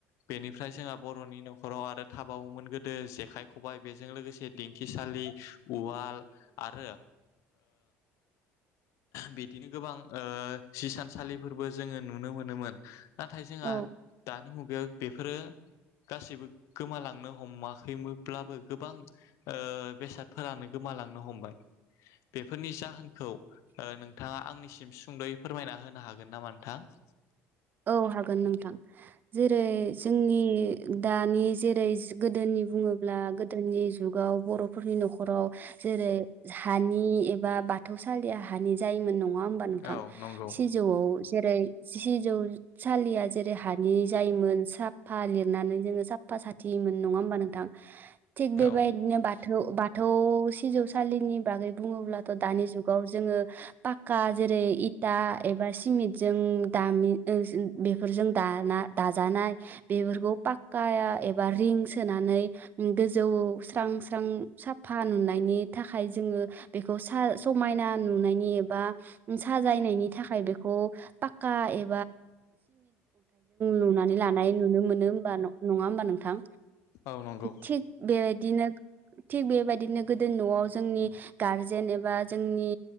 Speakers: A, on the left; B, on the right.
A: बेनिफ्राय जोंहा बर'नि न ' न'खराव आरो थाबावोमोन गोदो जेखाय खबाइ बे बेजों लोगोसे दिंखिसालि उवाल आरो ओ बिदिनो गोबां ओ सिसानसालिफोरबो जोङो नुनो मोनोमोन नाथाय जोंहा
B: औ
A: दानि मुगायाव बेफोरो गासिबो गोमालांनो हमाखैमोनब्लाबो गोबां ओ बेसादफोरानो गो मालांनो हमबाय बेफोरनि जाहोनखौ नोंथाङा आंनिसिम सुंद'यै फोरमायना होनो हागोन होन नामा नोंथां
B: औ हागोन नोंथां जेरै जोंनि दानि जेरै गोदोनि बुङोब्ला गोदोनि जाव बर'फोरनि न'खराव जेरै हानि एबा बाथौसालिया ह जायोमोन नङा होमबा नोंथां
A: औ नंगौ
B: सिजौआव जेरै सिजौ सालिया जेरै हानि जायोमोन साफा लिरनानै जोङो साफा साथिहोयोमोन नङा होमबा नोंथां थिग बेबायदिनो
A: औ
B: बाथौ बा थौ सिजौसालिनि बागै बुङोब्लाथ' दानि जुगाव जोङो पाक्का जेरै दा एबा सिमेन्टजों दामि बेफोरजों दाना दाजानाय बेफोरखौ पाक्काया एबा रिंस सोनानै गोजौ स्रां स्रां साफा नुनायनि थाखाय जोङो बेखौ समायना नुनायनि एबा बा साजायनायनि थाखाय बेखौ ए लुनानै लानाय नुनो मोनो होमबा नङा होमबा नोंथां
A: औ नंगौ
B: थिग बेबायदिनो थिग बेबायदिनो गोदो न'आव जोंनि गारजेन एबा जोंनि